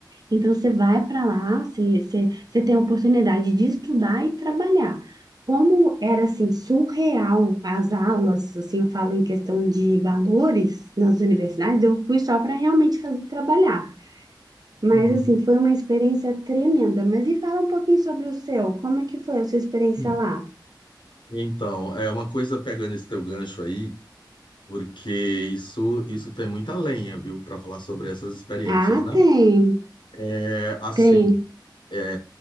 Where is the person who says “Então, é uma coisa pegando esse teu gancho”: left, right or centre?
Left